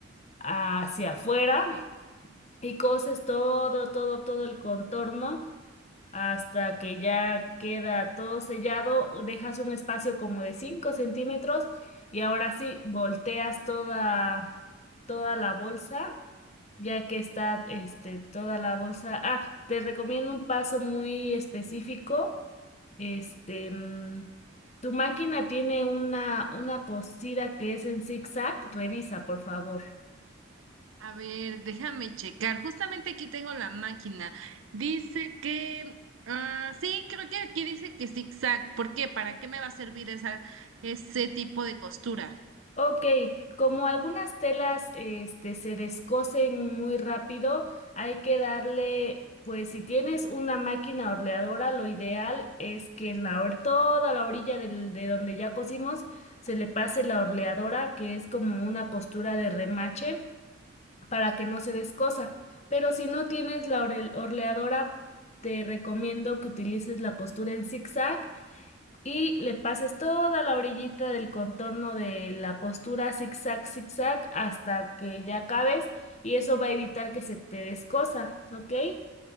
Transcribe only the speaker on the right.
A ver, déjame checar. Justamente aquí tengo la máquina. Dice que, ah, sí, creo que aquí dice que zigzag. ¿Por qué? ¿Para qué me va a servir esa, ese tipo de costura?